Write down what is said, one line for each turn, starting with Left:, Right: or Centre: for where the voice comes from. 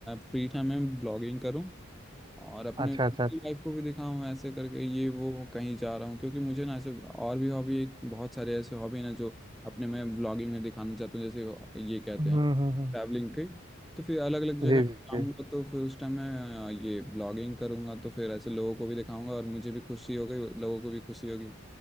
Centre: फ्री टाइम में ब्लॉगिंग करूँ और अपने
Right: अच्छा
Centre: लाइफ
Right: अच्छा अच्छा।
Centre: को भी दिखाऊं ऐसे करके ये वो कहीं जा रहा हूँ क्योंकि मुझे ना ऐसे और भी हॉबी एक बहुत सारे ऐसे हॉबी ना जो अपने मैं ब्लॉगिंग में दिखाना चाहता हूँ जैसे ये कहते
Right: हम्म
Centre: हैं
Right: हम्म हम्म।
Centre: ट्रैवलिंग की तो फिर अलग अलग जगह
Right: जी
Centre: जाऊंगा
Right: जी जी
Centre: तो फिर उस टाइम मैं अ, ये ब्लॉगिंग करूंगा तो फिर ऐसे लोगों को भी दिखाऊंगा और मुझे भी खुशी होगी लोगों को भी खुशी होगी